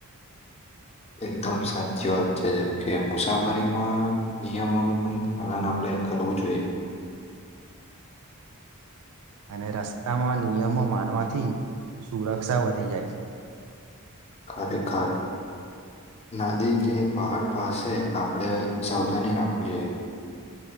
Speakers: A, on the left (about 30°); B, on the right (about 75°).
A: એકદમ સાચી વાત છે, જેમ કે મુસાફરીમાં નિયમોનું પણ હલન આપડે કરવું જોઈએ,
B: અને રસ્તામાં નિયમો માનવાથી સુરક્ષા વધી જાય છે,
A: ખાલિદ ખાન નદી કે પહાડ પાસે આપણે સાવધાની રાખવી જોઈએ,